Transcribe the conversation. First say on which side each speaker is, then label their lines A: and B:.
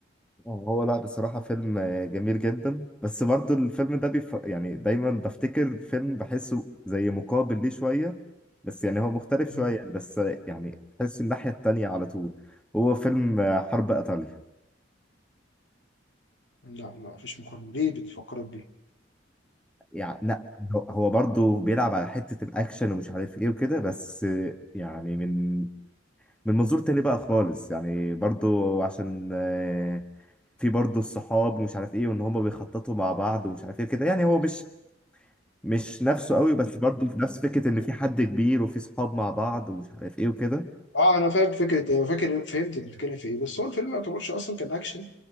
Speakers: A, in the centre; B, on the left.
A: هو لا بصراحه فيلم جميل جدا بس برضه الفيلم ده بيف... يعني دايما بفتكر فيلم بحسه زي مقابل ليه شويه بس يعني هو مختلف
B: مم.
A: شويه يعني بس يعني تحس الناحيه التانيه على طول هو فيلم حرب ايطاليا
B: لا لا مفيش مقارنة ليه بتفكرك بيه
A: يعني لا هو هو برضه بيلعب على حتة الأكشن ومش عارف إيه وكده بس يعني من من منظور تاني بقى خالص يعني برضه عشان آه، في برضه الصحاب ومش عارف إيه وإن هما بيخططوا مع بعض ومش عارف إيه كده يعني هو مش مش نفسه قوي بس برضه في نفس فكرة إن في حد كبير وفي صحاب مع بعض ومش عارف إيه وكده
B: اه انا فاهم فكره أنا فاكر فهمت انت بتتكلم في ايه بس هو الفيلم ما يعتبرش اصلا كان اكشن